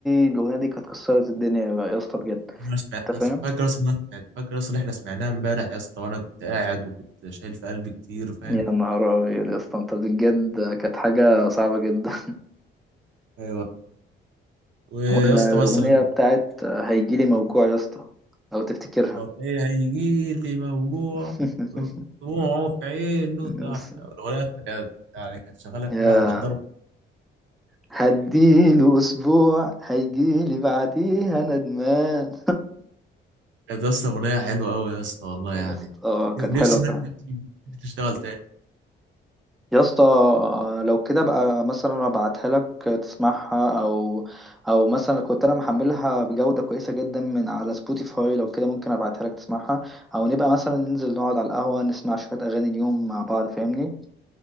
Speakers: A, in the centre; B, on the right.
A: الاغنيه دي كانت كسرت الدنيا يا اسطى بجد
B: انا سمعتها
A: انت فاهم
B: فاكر اصلا إن أنا سمعت- فاكر اصلا إن احنا سمعناها امبارح يا اسطى وانا كنت قاعد وكنت شايل في قلبي كتير فاهم
A: يا نهار أبيض يا اسطى أنت بجد كانت حاجة صعبة جدا
B: ايوه ويا
A: <laughs> ولا
B: اسطى
A: الأغنية
B: مثلا
A: بتاعت هيجيلي موجوع يا اسطى لو تفتكرها
B: اه، ايه هيجي لي موجوع
A: <laughs>
B: دموعه في عينه
A: بص
B: تع- الاغنيه أصلاً كانت يعني كانت شغاله
A: يا
B: امبارح وكانت ضرب
A: هديله أسبوع هيجيلي بعديها ندمان
B: كانت يا اسطى اغنيه حلوه قوي يا اسطى والله
A: يا
B: يعني
A: اسطى آه، كانت
B: نفسي
A: حلوة فعلا
B: نفسي تشتغل تاني
A: يا اسطى لو كده بقى مثلا ابعتها لك تسمعها او او مثلا كنت انا محملها بجودة كويسة جدا من على سبوتيفاي لو كده ممكن ابعتها لك تسمعها او نبقى مثلا ننزل نقعد على القهوة نسمع شوية اغاني اليوم مع بعض فاهمني